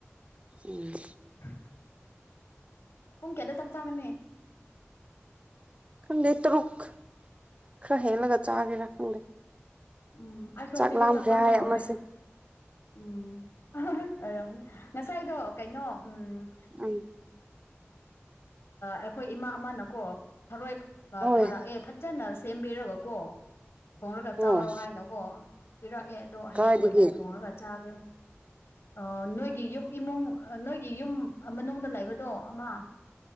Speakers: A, on the right; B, on the left.
A: ꯎꯝ
B: ꯎꯝ ꯄꯨꯡ ꯀꯌꯥꯇ ꯆꯥꯛ ꯆꯥꯒꯅꯤ
A: ꯈꯪꯗ‌ꯦ ꯇꯔꯨꯛ ꯈꯔ ꯍꯦꯜꯂꯒ ꯆꯥꯒꯦꯔꯥ ꯈꯪꯗꯦ
B: ꯎꯝ ꯑꯩ ꯍꯧꯖꯤꯛꯗꯒꯤ
A: ꯆꯥꯛ ꯂꯥꯝꯈ꯭ꯔꯦ
B: ꯆꯥꯛꯂꯝꯝꯕ
A: ꯍꯥꯏ
B: ꯍꯧꯔꯦ
A: ꯑꯃꯁꯦ
B: ꯎꯝ ꯍꯣꯏ ꯑꯣꯏꯔꯝꯒꯅꯤ ꯉꯁꯥꯏꯗꯣ ꯀꯩꯅꯣ ꯎꯝ
A: ꯎꯝ
B: ꯑꯩꯈꯣꯏ ꯏꯃꯥ ꯑꯃꯅꯀꯣ ꯊꯔꯣꯏ
A: ꯍꯣꯏ
B: ꯊꯥꯔꯛꯑꯦ ꯐꯖꯅ ꯁꯦꯝꯕꯤꯔꯕꯀꯣ ꯊꯣꯡꯂꯒ
A: ꯍꯣꯏ
B: ꯆꯥꯎꯔꯣ ꯍꯥꯏꯅꯀꯣ ꯄꯤꯔꯛꯑꯦ ꯑꯗꯣ ꯍꯌꯦꯡ
A: ꯀꯗꯥꯏꯗꯒꯤ
B: ꯑꯣꯏꯅ ꯊꯣꯡꯉꯒ ꯆꯥꯒꯦ ꯑꯣ ꯅꯣꯏꯒꯤ ꯌꯨꯝ ꯏꯃꯨꯡ ꯅꯣꯏꯒꯤ ꯌꯨꯝ ꯃꯅꯨꯡꯗ ꯂꯩꯕꯗꯣ ꯑꯃ